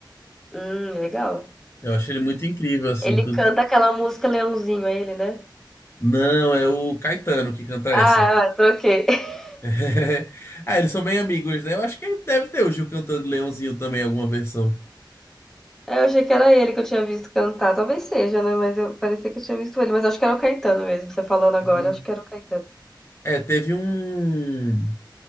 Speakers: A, in the centre; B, on the left (about 30°).
A: Hum, legal.
B: Eu acho ele muito incrível, assim.
A: Ele
B: inclu-
A: canta aquela música Leãozinho, é ele, né?
B: Não, é o Caetano que canta essa.
A: Ah, ah, troquei. <laughs>
B: <laughs> Ah, eles são bem amigos, né? Eu acho que ele deve ter o Gil cantando Leãozinho também, alguma versão.
A: Eu achei que era ele que eu tinha visto cantar. Talvez seja, né? Mas eu parecia que eu tinha visto ele. Mas acho que era o Caetano mesmo, você falando
B: Sim.
A: agora. Acho que era o Caetano.
B: É, teve um.